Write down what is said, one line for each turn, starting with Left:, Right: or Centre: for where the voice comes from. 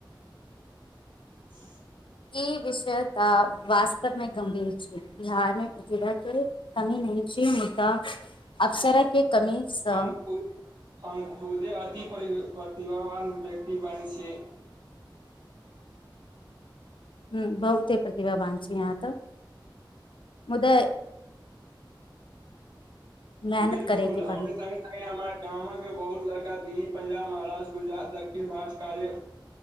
Right: <inaudible>
Left: ई विषय तऽ वास्तवमे गंभीर छै बिहारमे प्रतिभा के कमी नी छी मुद्दा अवसरके कमीसँ
Right: हम खु हम खुदे अति परी प्रतिभावान व्यक्ति बनै छियै
Left: ह्म बहु ते प्रतिभावान छी आहाँ त मुदा मेहनत
Right: बिलकुल
Left: करैके
Right: हमरे
Left: पड़ी
Right: संगे हरी हमर गामक बहुत लड़का दिल्ली पंजाब महाराष्ट्र गुजरात दक्षिण भारत काजे